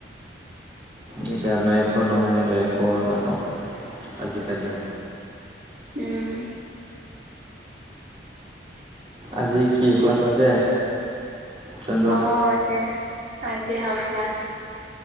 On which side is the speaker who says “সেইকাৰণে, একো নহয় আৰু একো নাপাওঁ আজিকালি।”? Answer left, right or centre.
Right